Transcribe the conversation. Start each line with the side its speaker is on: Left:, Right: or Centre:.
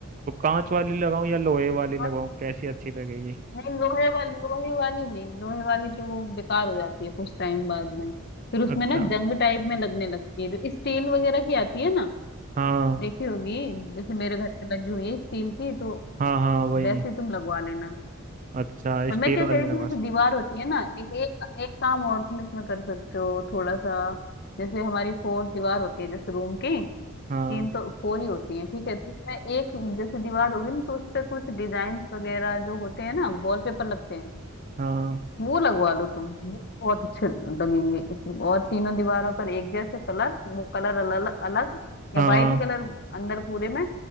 Right: तो कांच वाली लगाऊं या लोहे वाली लगाऊं
Left: हाँ तो
Right: कैसी अच्छी लगेगी
Left: नहीं लोहे वाली लोहे वाली नहीं लोहे वाली तो वो बेकार हो जाती है कुछ टाइम बाद में फिर उसमें
Right: अच्छा
Left: ना जंग टाइप में लगने लगती है जो स्टील वगैरह की आती है ना
Right: हाँ
Left: देखी होगी जैसे मेरे घर पे लगी हुई है स्टील की तो
Right: हाँ हाँ वही
Left: वैसे ही तुम लगवा लेना
Right: अच्छा
Left: और
Right: स्टील
Left: मैं क्या
Right: वाले
Left: कह रही थी
Right: लगा
Left: जैसे
Right: सकते
Left: दीवार होती है ना एक एक एक काम और तुम इसमें कर सकते हो थोड़ा सा जैसे हमारी फोर दीवार होती है जैसे रूम की
Right: हाँ
Left: तीन तो फोर ही होती है ठीक है तो इसमें एक जैसे दीवार होगी ना तो उस पे कुछ डिजाइन वगैरह जो होते हैं ना वॉलपेपर लगते हैं
Right: हाँ
Left: वो लगवा लो तुम वो बहुत अच्छे लगेंगे इस- और तीनों दीवारों पर एक जैसे कलर वो कलर अलग अलग या
Right: हाँ
Left: वाइट ही कलर अंदर पूरे में